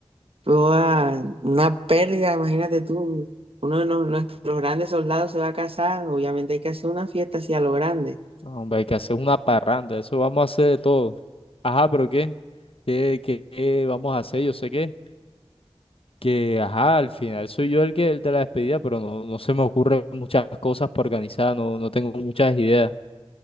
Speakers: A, on the right (about 65°); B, on the left (about 65°).
A: joda, una pérdida, imagínate tú, uno de nos- nuestros grandes soldados se va a casar, obviamente hay que hacer una fiesta así a lo grande.
B: Ah, Hombre, hay que hacer una parranda, eso vamos a hacer de todo. Ajá, pero ¿qué? ¿Qué, qué, qué vamos a hacer? Yo sé que, que, ajá, al final soy yo el que el de la despedida, pero no, no se me ocurren muchas cosas para organizar, no, no tengo muchas ideas.